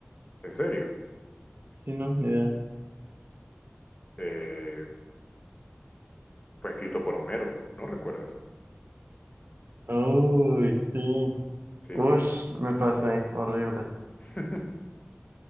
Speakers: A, on the left; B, on the right.
A: En serio.
B: Sí, no, ni idea.
A: Eh, fue escrito por Homero. ¿No recuerdas?
B: Uy, sí.
A: Sí,
B: Ush,
A: sí.
B: me pasé. Horrible.
A: <laughs>